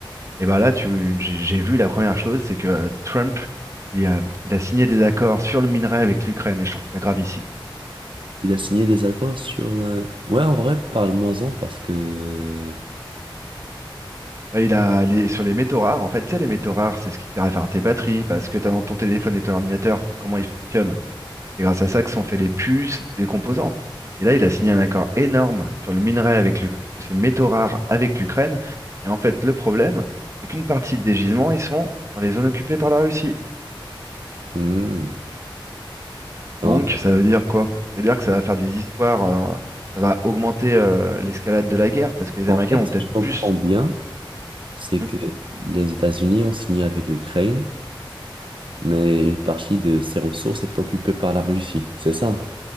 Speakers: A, on the right; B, on the right.
A: et ben là, tu j'ai j'ai vu la première chose, c'est que euh, Trump, il a, il a signé des accords sur le minerai avec l'Ukraine, et je trouve ça gravissime.
B: Il a signé des accords sur... euh, Ouais, en vrai, parle-moi-en parce que...
A: Ouais, il a les- sur les métaux rares, en fait, tu sais, les métaux rares, c'est ce qui sert à faire tes batteries, bah, ce que t'as dans ton téléphone et ton ordinateur, comment ils fonctionnent. C'est grâce à ça que sont faits les puces et tous les composants. Et là, il a signé un accord énorme sur le minerai avec l'Uk- sur ces métaux rares avec l'Ukraine. Et en fait, le problème, c'est qu'une partie des gisements, ils sont dans les zones occupées par la Russie.
B: Hmm.
A: Donc,
B: En fait,
A: ça veut dire quoi? Ça veut dire que ça va faire des histoires, euh, ça va augmenter euh, l'escalade de la guerre, parce que les
B: en
A: Américains
B: fait,
A: vont
B: si
A: peut-être
B: je comprends
A: plus.
B: bien, c'est
A: Hmm
B: que les États-Unis ont signé avec l'Ukraine, mais une partie de ses ressources est occupée par la Russie, c'est ça?